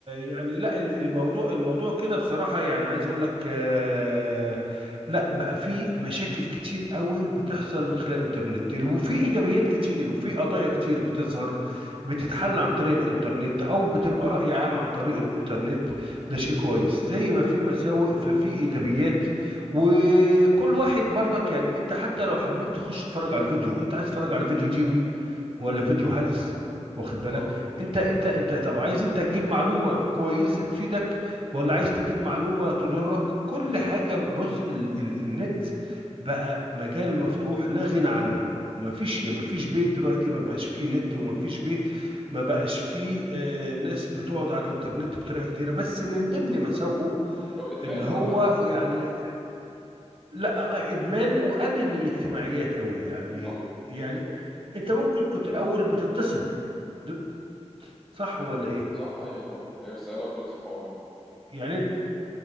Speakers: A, on the right; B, in the centre.
A: يعني لا ال- الموضوع الموضوع كده بصراحة يعني عايز اقول لك آه، لا بقى في مشاكل كتير قوي بتحصل من خلال الانترنت وفي ايجابيات كتير وفي قضايا كتير بتظهر بتتحل عن طريق الانترنت او بتبقى رأي عام عن طريق الانترنت ده شيء كويس زي ما في مساوئ ففي ايجابيات وكل واحد برضك يعني انت حتى لو حبيت تخش تتفرج على فيديو انت عايز تتفرج على فيديو ديني ولا
B: مم.
A: فيديو هلس واخد بالك
B: صح
A: انت انت انت طب عايز انت تجيب معلومه كويسه تفيدك ولا عايز تجيب معلومه تضرك كل حاجه بص ال ال النت بقى مجال مفتوح لا غنى عنه مفيش
B: صح
A: مفيش بيت دلوقتي ما بقاش فيه نت ومفيش بيت ما بقاش فيه آه ناس بتقعد على الانترنت بطريقه كتيره بس من ضمن مساوئه
B: لو إدمان
A: ان هو
B: عامة
A: يعني لا آه، آه، ادمان وقلل الاجتماعيات قوي يعني
B: صح
A: يعني انت ممكن كنت الاول بتتصل دل- صح ولا ايه
B: صح أيوه طبعا هي رسالة وخلص الحوار
A: يعني انت